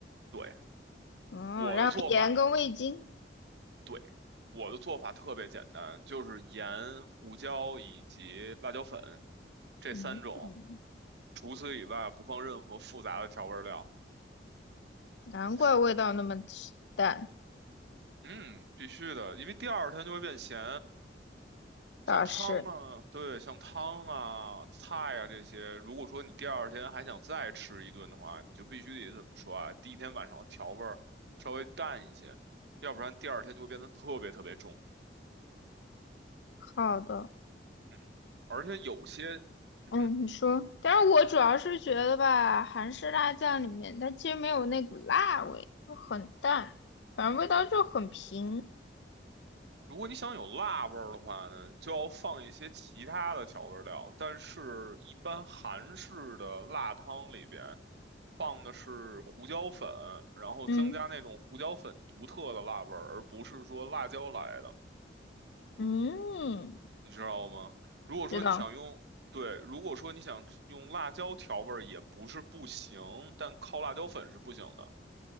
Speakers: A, on the right (about 70°); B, on the left (about 80°).
A: 对。
B: 嗯，
A: 我的做法
B: 然后盐跟味精，
A: 对，我的做法特别简单，就是盐、胡椒以及辣椒粉这三种，
B: 嗯。
A: 除此以外不放任何复杂的调味料。
B: 难怪味道那么
A: 是，
B: 淡，
A: 嗯，必须的，因为第二天就会变咸。
B: 倒是
A: 像汤啊，对，像汤啊、菜啊这些，如果说你第二天还想再吃一顿的话，你就必须得怎么说啊？第一天晚上的调味儿稍微淡一些，要不然第二天就会变得特别特别重。
B: 好的。
A: 嗯，而且有些，嗯哼。
B: 嗯，你说，但是我主要是觉得吧，韩式辣酱里面它其实没有那股辣味，就很淡，反正味道就很平。
A: 如果你想有辣味儿的话呢，你就要放一些其他的调味料。但是，一般韩式的辣汤里边放的是胡椒粉，然后增加那种胡椒粉独特的辣味儿，
B: 嗯
A: 而不是说辣椒来的，
B: 嗯，
A: 你知道吗？如果说你想用，
B: 知道
A: 对，如果说你想用辣椒调味儿也不是不行，但靠辣椒粉是不行的。